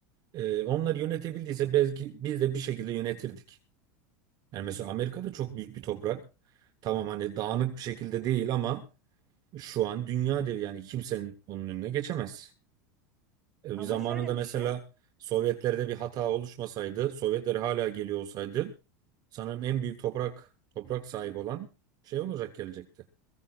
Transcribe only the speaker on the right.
Ee, onlar yönetebildiyse belki biz de bir şekilde yönetirdik. Yani mesela Amerika'da çok büyük bir toprak. Tamam hani dağınık bir şekilde değil ama şu an dünya devi yani kimsenin onun önüne geçemez. Ee,
bir zamanında
mesela
Sovyetlerde bir hata oluşmasaydı, Sovyetler hala geliyor olsaydı sanırım en büyük toprak toprak sahibi olan şey olacak gelecekti.